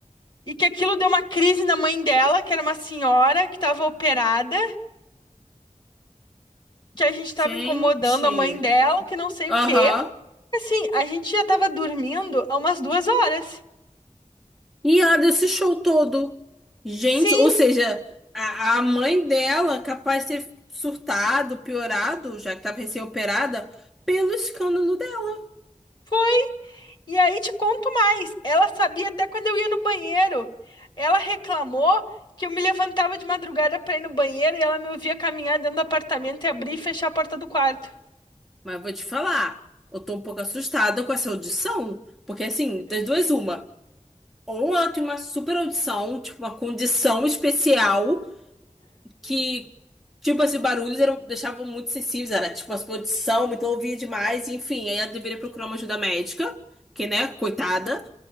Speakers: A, on the left; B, in the centre.
A: E que aquilo deu uma crise na mãe dela, que era uma senhora que tava operada, que a gente
B: Gente.
A: tava incomodando a mãe dela, que não sei
B: Aham.
A: o quê. Assim, a gente já tava dormindo há umas duas horas.
B: E ela deu esse show todo. Gente,
A: Sim,
B: ou seja, a, a mãe dela capaz de ter surtado, piorado, já que estava recém-operada, pelo escândalo dela.
A: foi. E aí te conto mais. Ela sabia até quando eu ia no banheiro. Ela reclamou que eu me levantava de madrugada pra ir no banheiro e ela me ouvia caminhar dentro do apartamento e abrir e fechar a porta do quarto.
B: Mas vou te falar, eu tô um pouco assustada com essa audição. Porque assim, das duas, uma. Ou ela tem uma super audição, tipo, uma condição especial que, tipo, esses barulhos eram, deixavam muito sensíveis. Era tipo, a sua audição, me ouvia demais, enfim. Aí ela deveria procurar uma ajuda médica, que, né, coitada.